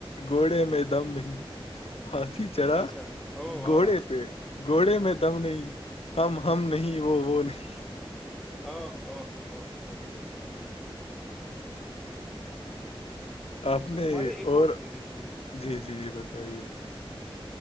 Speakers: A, on the left; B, in the centre.
A: گھوڑے میں دم نہیں ہاتھی چڑا
B: اچھا او واہ
A: گھوڑے
B: واہ
A: پہ گھوڑے میں دم نہیں ہم ہم نہیں وہ وہ نہیں
B: آ آ آ <inaudible> ہ آ <inaudible>
A: آپ نے
B: ہمارے ایک
A: اور
B: تھے دیکھیے
A: جی جی جی بتائیے